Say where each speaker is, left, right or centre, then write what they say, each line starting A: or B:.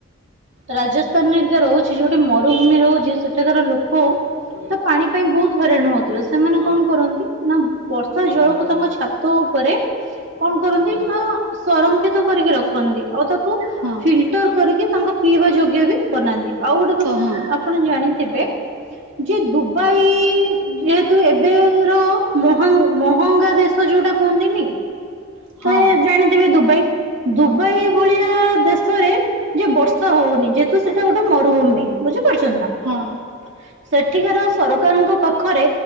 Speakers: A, on the right; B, on the right.
A: ରାଜସ୍ଥାନ ହେରିକା ରହୁଛି ଯୋଉଠି ମରୁଭୂମି ରହୁଛି ସେଠିକାର ଲୋକ ତ ପାଣି ପାଇଁ ବହୁତ ହଇରାଣ ହଉଥିବେ ସେମାନେ କଣ କରନ୍ତି ନା ବର୍ଷା ଜଳକୁ ତାଙ୍କ ଛାତ ଉପରେ କଣ କରନ୍ତି ନା ସଂରକ୍ଷିତ କରିକି ରଖନ୍ତି ଆଉ ତାକୁ ଫିଲଟର
B: ହଁ
A: କରିକି ତାଙ୍କ ପିଇବା ଯୋଗ୍ୟ ବି ବନାନ୍ତି ଆଉ ଗୋଟେ କଥା
B: କ ହଁ
A: ଆପଣ ଜାଣିଥିବେ? ଯେ ଦୁବାଇ ଯେହେତୁ ଏବେର ମହଙ୍ଗ ମହଙ୍ଗା ଦେଶ ଯୋଉଟା କୁହନ୍ତିନି
B: ହଁ
A: ତ ଜାଣିଥିବେ ଦୁବାଇ ଦୁବାଇ ଭଳି ଭଳିଆ ଦେଶରେ ଯେ ବର୍ଷା ହଉନି ଯେହେତୁ ସେଟା ଗୋଟେ ମରୁଭୂମି ବୁଝିପାରୁଛନ୍ତି ନା?
B: ହଁ।
A: <inaudible> ସେଠିକାର ସରକାରଙ୍କ ପାଖରେ